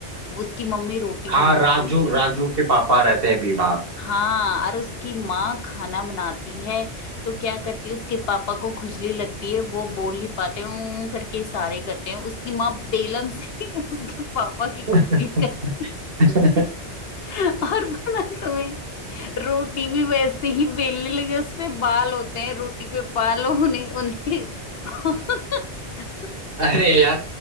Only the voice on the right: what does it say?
हाँ राजू
राजू
के पापा रहते हैं बीमार
<laughs>
तो
अरे यार